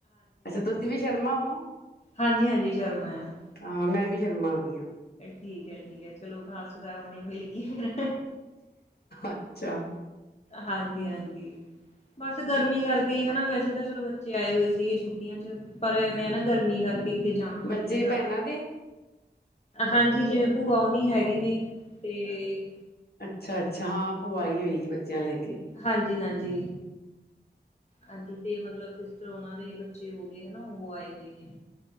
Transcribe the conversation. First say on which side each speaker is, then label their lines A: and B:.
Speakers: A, on the left; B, on the left.
A: ਅੱਛਾ, ਤੁਸੀਂ ਵੀ ਸ਼ਰਮਾ ਹੋ।
B: ਹਾਂਜੀ-ਹਾਂਜੀ ਸ਼ਰਮਾ ਏ ਆ।
A: ਹਾਂ ਮੈਂ ਵੀ ਸ਼ਰਮਾ ਹੈਗੀ ਆ
B: ਠੀਕ ਐ, ਠੀਕ ਐ, ਚਲੋ ਕਾਸਟ ਤਾਂ ਹੁਣੀ ਮਿਲ ਗਈ ਫੇਰ
A: ਅੱਛਾ
B: ਹਾਂਜੀ-ਹਾਂਜੀ ਬਸ ਗਰਮੀ ਕਰਕੇ ਕਈ ਹਨਾ ਵੈਸੇ ਤਾਂ ਚਲੋ ਬੱਚੇ ਆਏ ਹੋਏ ਸੀਗੇ ਛੁੱਟੀਆਂ ਚ ਪਰ ਇਵੇਂ ਆ ਨਾ ਗਰਮੀ ਕਰਕੇ। ਕਿਤੇ ਜਾਣ ਨੂੰ
A: ਬੱਚੇ
B: ਦਿਲ ਨਹੀਂ ਕਰਦਾ।
A: ਭੈਣਾਂ ਦੇ
B: ਹਾਂਜੀ ਜਿਵੇਂ ਭੂਆ ਹੋਣੀ ਹੈਗੇ ਨੇ ਤੇ
A: ਅੱਛਾ-ਅੱਛਾ ਹਾਂ ਭੂਆ
B: ਹਾਂਜੀ
A: ਆਈ ਹੋਏਗੀ ਬੱਚਿਆਂ ਨੂੰ ਲੈ ਕੇ।
B: ਹਾਂਜੀ- ਹਾਂਜੀ। ਹਾਂਜੀ ਤੇ ਮਤਲਬ ਸਿਸਟਰ ਉਹਨਾਂ ਦੇ ਬੱਚੇ ਹੋ ਗਏ ਹਨਾ ਉਹ ਆਏ ਹੋਏ ਨੇ।